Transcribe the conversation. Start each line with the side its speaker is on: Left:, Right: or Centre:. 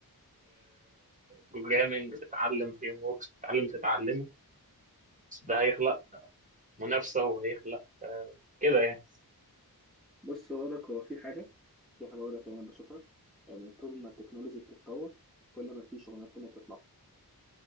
Right: بروجرامنج تتعلم فريم وركس تتعلم تتعلمه بس ده هيخلق منافسه وهيخلق آه، كده يعني
Centre: بص هو ده هو في حاجة في حاجة واضحة يعني أنا بشوفها يعني طول ما التكنولوجي بتتطور كل ما في شغلانات تانية بتطلع